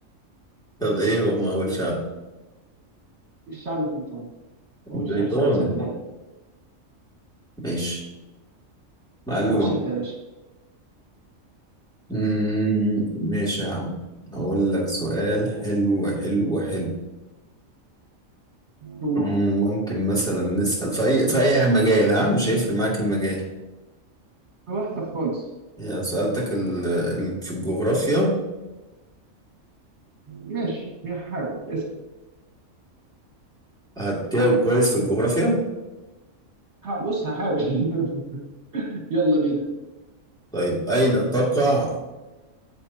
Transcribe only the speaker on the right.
الشعب البريطاني وأقول
خمسة من ساعة اليد
خش أنت يا باشا
قول
وحشة خالص
ماشي هحاول اسم
ها- بص هحاول <laughs> يلا بينا